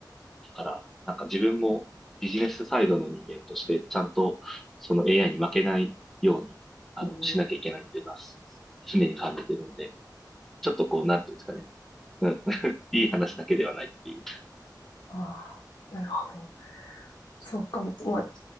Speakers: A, in the centre; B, on the left.
A: だから、なんか自分もビジネスサイドの人間として、ちゃんとその AI に負けないように、あの、
B: うん。ほど。
A: しなきゃいけないっていうのは、常に感じてるんで、ちょっとこう、なんていうんですかね。うん。<laughs> いい話だけではないっていう。
B: ああなるほど。そうか、まあ、